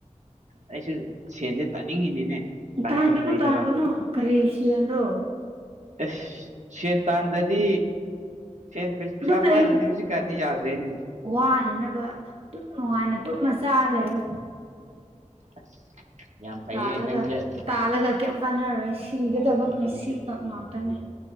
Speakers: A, on the right; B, on the right.
A: ꯑꯩꯁꯨ ꯁꯦꯟꯖꯦ ꯇꯥꯅꯤꯡꯉꯤꯅꯤꯅꯦ ꯇꯥꯟꯐꯝ
B: ꯇꯥꯡꯒꯅꯨ
A: ꯂꯩꯇꯕ
B: ꯇꯥꯡꯒꯅꯨ ꯀꯔꯤꯁꯤꯟ꯭ꯔꯣ
A: ꯑꯦꯁ ꯁꯦꯟ ꯇꯥꯟꯗ꯭ꯔꯗꯤ ꯁꯦꯟ ꯄꯩꯁꯥ
B: ꯑꯗꯨꯝ ꯂꯩꯌꯨ
A: ꯄꯥꯏꯗꯗꯤ ꯍꯧꯖꯤꯛꯀꯥꯟ ꯗꯤ ꯌꯥꯗ꯭ꯔꯦꯅꯦ
B: ꯋꯥꯅꯅꯕ ꯑꯗꯨꯨꯝ ꯅꯨꯡꯉꯥꯏꯅ
A: ꯎꯝ
B: ꯇꯨꯝ ꯃꯆꯥꯔ ꯂꯩꯔꯣ
A: ꯑꯁ ꯌꯥꯝ ꯐꯩꯌꯦ
B: ꯇꯥꯂꯒ
A: ꯅꯪꯁꯦ
B: ꯇꯥꯂꯒ ꯀꯩꯝ ꯀꯥꯟꯅꯔꯔꯣꯏ ꯁꯤꯒꯗꯕ
A: ꯎꯝ
B: ꯄꯨꯟꯁꯤꯈꯛ ꯉꯥꯛꯇꯅꯤ